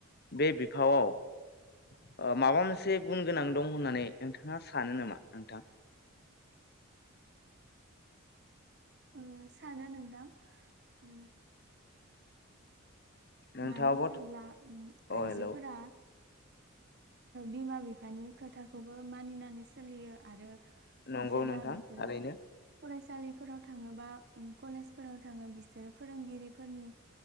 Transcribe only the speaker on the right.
उम सानो नोंथां ओ
मानो होनोब्ला उ
आइजोफोरा
बिमा बिफानि खोथाखौबो मानिनानै सोलियो आरो
जेब्ला
बिसोरो
फराय सालिफोराव थाङोबा उम कलेजफोराव थाङो बिसोरो फोरोंगिरिफोरनि